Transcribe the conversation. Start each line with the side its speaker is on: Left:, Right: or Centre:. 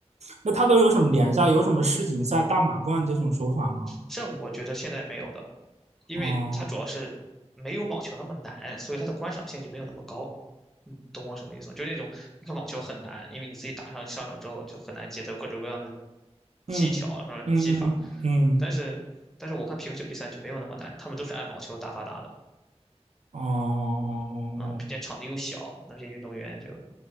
Right: 那它都有什么联赛？有什么世锦赛、大满贯这种说法吗？
Centre: 这我觉得现在没有的，因为它主要是没有网球那么难，
Right: 哦，
Centre: 所以它的观赏性就没有那么高。你懂我什么意思吗？就那种你看网球很难，因为你自己打上上手之后就很难接它有各种各样的技巧，
Right: 嗯
Centre: 然后技法，
Right: 嗯嗯嗯，
Centre: 但是但是我看皮克球比赛就没有那么难，他们都是按网球打法打的
Right: 哦哦哦哦哦
Centre: 嗯，并且场地又小，那些运动员就